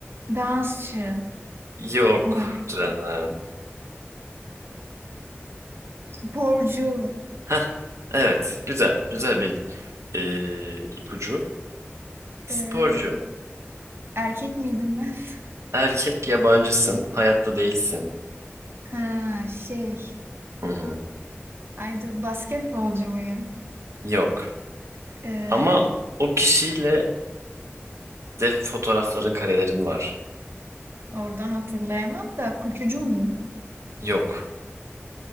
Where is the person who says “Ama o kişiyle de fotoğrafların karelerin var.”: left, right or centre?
Right